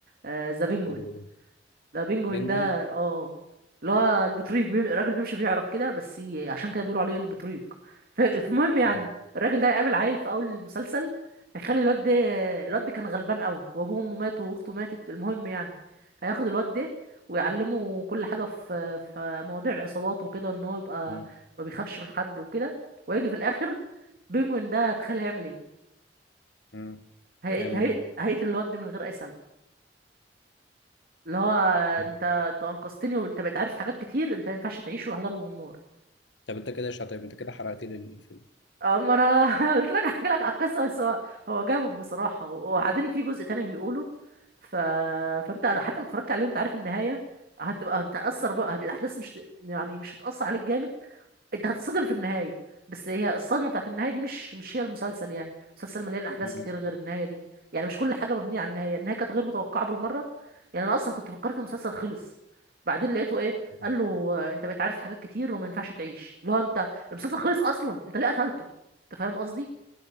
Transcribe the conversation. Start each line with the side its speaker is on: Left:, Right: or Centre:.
Right: ذا آه بينجوين
Left: حلو ده
Right: ده بينجوين
Left: بينجوين
Right: ده اه اللي هو البطريق بيم... الراجل بيمشي بيعرق كده بس ي- عشان كده بيقولوا عليه البطريق ف- المهم يعني
Left: مم.
Right: الراجل ده هيقابل عيل في اول المسلسل هيخلي الواد ده الواد ده كان غلبان قوي وابوه وامه ماتوا واخته ماتت المهم يعني هياخد الواد ده ويعلمه كل حاجه في في مواضيع العصابات وكده ان هو يبقى
Left: مم.
Right: ما بيخافش من حد وكده ويجي في الاخر بينجوين ده تخيل هيعمل ايه
Left: مم.
Right: هيقت...
Left: يعمل
Right: هيقت...
Left: إيه؟
Right: هيقتل الواد ده من غير اي سبب اللي هو
Left: مم.
Right: انت انت انقذتني وانت بقيت عارف حاجات كتير انت ما ينفعش تعيش وراح ضربه بالنار
Left: طب أنت كده شاطر أنت كده حرقت لي الفيلم
Right: اما انا <laughs> قلت لك احكي لك على القصه بس هو هو جامد بصراحه وبعدين في جزء تاني بيقوله ف... فانت حتى لو اتفرجت عليه وانت عارف النهايه هتبقى انت اثر بقى الاحداث مش يعني مش هتاثر عليك جامد انت هتتصدم في النهايه بس هي الصدمه بتاعت النهايه دي مش مش هي المسلسل يعني المسلسل مليان احداث
Left: مم.
Right: كتير غير النهايه دي يعني مش كل حاجه مبنيه على النهايه النهايه كانت غير متوقعه بالمره يعني انا اصلا كنت فكرت المسلسل خلص بعدين لقيته ايه
Left: مم.
Right: قال له آه، انت بقيت عارف حاجات كتير وما ينفعش تعيش اللي هو انت المسلسل خلص اصلا انت ليه قتلته انت فاهم قصدي